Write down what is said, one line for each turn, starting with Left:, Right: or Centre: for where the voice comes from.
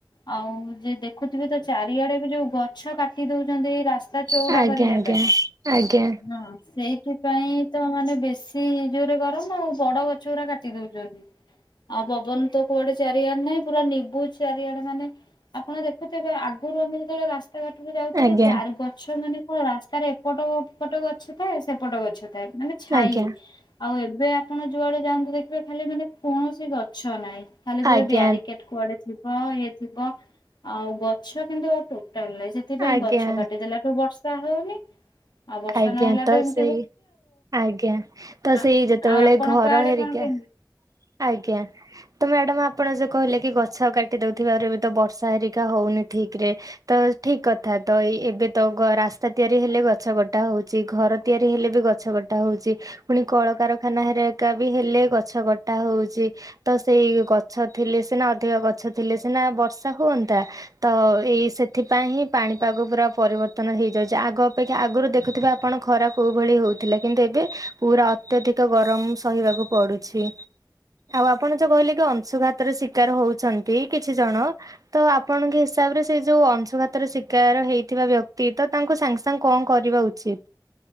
Left: ଆଉ ଜେ ଦେଖୁଥିବେ ତ ଚାରିଆଡେ ବି ଯୋଉ ଗଛ କାଟି ଦଉଛନ୍ତି ରାସ୍ତା ଚଉଡା
Right: ଆଜ୍ଞା ଆଜ୍ଞା
Left: କରିବା ପାଇଁ,
Right: ଆଜ୍ଞା ଆଜ୍ଞା
Left: ହଁ ସେଇ ସେଥିପାଇଁ ତ ମାନେ ବେଶୀ ଜୋରେ ଗରମ ଆଉ, ବଡ ଗଛ ଗୁଡା କାଟି ଦଉଛନ୍ତି। ଆଉ ପବନ ତ କୁଆଡେ ଚାରିଆଡେ ନାଇଁ, ପୁରା ନିବୁଜ ଚାରିଆଡେ ମାନେ ଆପଣ ଦେଖୁଥିବେ ଆଗରୁ ଆମେ ଯେତେବେଳେ ରାସ୍ ରାତାଘାଟରେ ଯାଉଥିଲେ
Right: ଆଜ୍ଞା
Left: ଚାରି ଗଛ ମାନେ କଣ ରାସ୍ତାରେ ଏପଟ ଏପଟ ଗଛ ଥାଏ ସେ ପଟ ଗଛ ଥାଏ, ମାନେ ଛାଇ।
Right: ଆଜ୍ଞା
Left: ଆଉ ଏବେ ଆପଣ ଯୁଆଡେ ଯାଆନ୍ତୁ ଦେଖିବେ ଖାଲି ମାନେ କୌଣସି ଗଛ ନାହିଁ। ଖାଲି ପୁରା
Right: ଆଜ୍ଞା ଆଜ୍ଞା
Left: ବ୍ୟାରିକେଡ କୁଆଡେ ଥି ହଁ ଇଏ ଥିବ, ଆଉ ଗଛ କିନ୍ତୁ ଆଉ ଟୋଟାଲ ନାହିଁ। ସେ ସେଥିପାଇଁ
Right: ଆଜ୍ଞା
Left: ଗଛ
Right: ଆଜ୍ଞା
Left: କାଟିଦେଲାଠୁ ବର୍ଷା ହଉନି, ଆଉ ବର୍ଷା
Right: ଆଜ୍ଞା
Left: ନହେଲାଠୁ
Right: ତ
Left: ଏମ
Right: ସେଇ ଆଜ୍ଞା, ତ
Left: ଆଉ
Right: ସେଇ ଯେତେବେଳେ
Left: ଆପଣଙ୍କ
Right: ଘର
Left: ଆଡେ
Right: ହେରିକା
Left: କଣ କେମିତି?
Right: ଆଜ୍ଞା। ତ ମ୍ୟାଡାମ ଆପଣ ଯୋଉ କହିଲେ କି ଗଛ କାଟି ଦଉଥିବା ରୁ ଏବେ ତ ବର୍ଷା ହେରିକା ହଉନି ଠିକ ରେ ତ ଠିକ୍ କଥା, ତ ଏଇ ଏବେ ତ ରାସ୍ତା ତିଆରି ହେଲେ ଗ ଗଛ କଟା ହେଉଛି। ଘର ତିଆରି ହେଲେ ବି ଗଛ କଟା ହଉଛି। ପୁଣି କଳକାରଖାନା ହେରିଏକା ବି ହେଲେ ଗଛ କଟା ହଉଛି। ତ ସେଇ ଗଛ ଥିଲେ ସିନା, ଅଧିକ ଗଛ ଥିଲେ ସିନା ବର୍ଷା ହୁଅନ୍ତା। ତ ଏଇ ସେଥିପାଇଁ ହିଁ ପାଣିପାଗ ପୁରା ପରିବର୍ତ୍ତନ ହେଇଯାଉଛି। ଆଗ ଅପକ୍ଷା ଆଗରୁ ଦେଖୁଥିବେ ଆପଣ ଖରା କୋଉ ଭଳି ହଉଥିଲା କିନ୍ତୁ ଏବେ ପୁରା ଅତ୍ୟଧିକ ଗରମ ସହିବାକୁ ପଡୁ ଛି। ଆଉ ଆପଣ ଯୋଉ କହିଲେ କି ଅଂଶୁଘାତରେ ଶିକାର ହଉଛନ୍ତି କିଛି ଜଣ। ତ ଆପଣଙ୍କ ହିସାବରେ ସେ ଯୋଉ ଅଂଶଘାତରେ ଶିକାର ହେଇଥିବା ବ୍ୟକ୍ତି ତ ତାଙ୍କୁ ସାଙ୍ଗ ସାଙ୍ଗ କଣ କରିବା ଉଚିତ?